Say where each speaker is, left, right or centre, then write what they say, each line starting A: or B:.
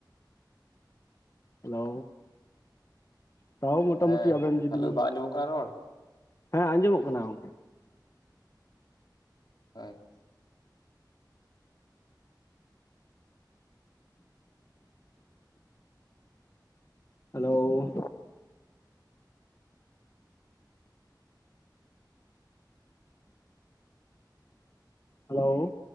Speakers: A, on the left; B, on the left.
A: ᱦᱮᱞᱳ ᱛᱟᱣ ᱢᱳᱚᱴᱟᱢᱩᱴᱤ
B: ᱦᱮᱸ
A: ᱟᱵᱮᱱ ᱡᱩᱫᱤᱵᱮᱱ
B: ᱦᱮᱞᱳ ᱵᱟᱝ ᱟᱸᱡᱚᱢᱚᱜ ᱠᱟᱱᱟ ᱨᱚᱲ
A: ᱦᱮᱸ ᱟᱸᱡᱚᱢᱚᱜ ᱠᱟᱱᱟ ᱜᱚᱝᱠᱮ
B: ᱦᱳᱭ
A: ᱦᱮᱞᱳ ᱦᱮᱞᱳ